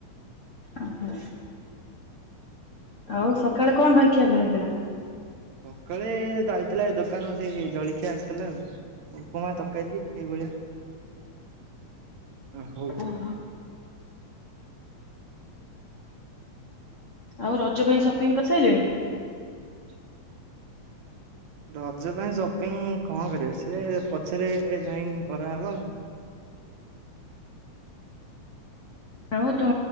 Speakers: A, on the left (about 70°); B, on the right (about 70°).
A: ଓହ ଆଉ ସକାଳେ କଣ ଜଳଖିଆ ପାଇଁ ହେଇଥିଲା?
B: ସକାଳେ ଯାଇଥିଲା ଏ ଦୋକାନ ସେ ଜଳଖିଆ ଆସିଥିଲା ଆଉ ଉପମା ତରକାରୀ ଏଇଭଳିଆ। ହଉ।
A: ହଁ ହଁ। ଆଉ ରଜ ପାଇଁ ସପିଂ କରିସାରିଲେଣି?
B: କେବେ ରଜ ପାଇଁ ସପିଙ୍ଗ କଣ କରିବେ ସିଏ ପଛରେ ଜାଇଁ କରାହବ?
A: ଆଉ ତୁ